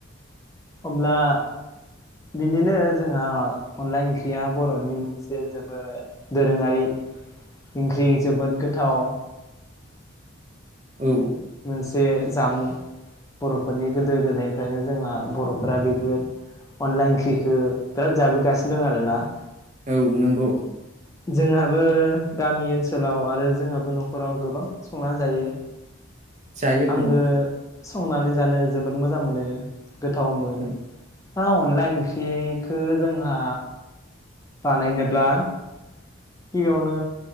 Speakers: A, on the left (about 15°); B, on the right (about 35°).
A: अब्ला बिदिनो जोंहा अनला ओंख्रिया बर'नि मोनसे जोबोद दोरोङारि ओंख्रि जोबोद गोथाव।
B: औ।
A: मोनसे जामुं बर'फोरनि गोदो गोदायनिफ्रायनो जोंहा बर'फोरा बेफोर अनला ओंख्रिखौ बिराद जाबोगासिनो दं आरोना।
B: औ नंगौ।
A: जोंहाबो गामि ओनसोलाव आरो जोंहाबो न'खराव गोबां संना जायो।
B: जायो
A: आंबो
B: औ।
A: संनानै जानो जोबोद मोजां मोनो। गोथाव <unintelligible> <unintelligible>
B: औ
A: अनला ओंख्रिखौ जोंहा बानायनोब्ला गिबियावनो